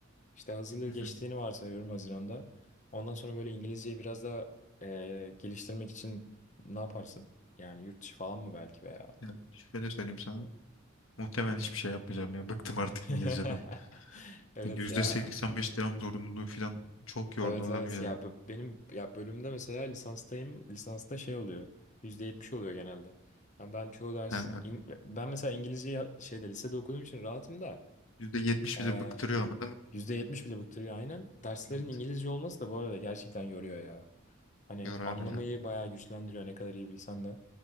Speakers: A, on the left; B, on the left.
A: İşte hazırlığı
B: Hı
A: geçtiğini
B: hı.
A: varsayıyorum Haziran'da. Ondan sonra böyle İngilizceyi biraz daha e, geliştirmek için ne yaparsın? Yani yurt dışı falan mı belki veya?
B: Ya şöyle söyleyeyim sana. Muhtemelen hiçbir şey yapmayacağım ya. Bıktım artık
A: <laughs>
B: İngilizceden.
A: Evet
B: yüzde
A: ya.
B: seksen beş devam zorunluluğu falan çok yordu
A: Evet
B: abi
A: evet
B: ya.
A: ya b- benim ya bölümde mesela lisanstayım. Lisansta şey oluyor. %70 oluyor genelde. Yani ben çoğu ders
B: Ha, evet.
A: İng- ben mesela İngilizceyi şeyde lisede okuduğum için rahatım
B: %70
A: da
B: bizi bıktırıyor ama değil mi?
A: %70 bile bıktırıyor aynen. Derslerin
B: Evet.
A: İngilizce olması da bu arada gerçekten yoruyor ya. Hani
B: Yorar
A: anlamayı
B: ya.
A: bayağı güçlendiriyor ne kadar iyi bilsen de.